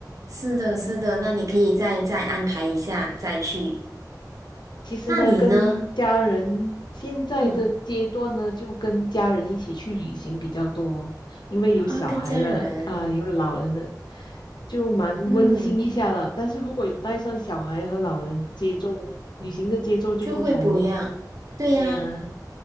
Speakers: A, on the right; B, on the left.
A: 是的，是的，
B: 嗯，
A: 那你可以再再安排一下再去。
B: 其实呢，
A: 那你呢？
B: 跟家人现在的阶段呢，
A: 嗯，
B: 就跟家人一起去旅行比较多，因为有小孩了啊、
A: 啊，跟家人，
B: 有老人了，就蛮温馨一下了。
A: 嗯。
B: 但是如果有带上小孩和老人，节奏旅行的节奏就不同了。
A: 就会不一样。对呀，
B: 对呀、